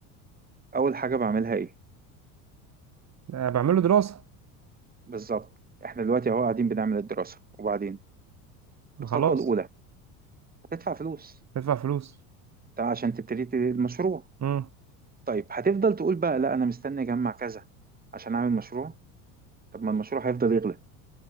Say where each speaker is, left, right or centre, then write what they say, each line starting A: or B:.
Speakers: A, on the right; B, on the right.
A: أول حاجة بعملها إيه
B: آه، بعمله دراسة
A: بالظبط احنا دلوقتي اهو قاعدين بنعمل الدراسة وبعدين الخطوة
B: خلاص
A: الأولى هتدفع فلوس
B: يدفع فلوس
A: ده عشان تبتدي ت- المشروع
B: امم
A: طيب هتفضل تقول بقى لا أنا مستني أجمع كذا عشان أعمل مشروع طب ما المشروع هيفضل يغلى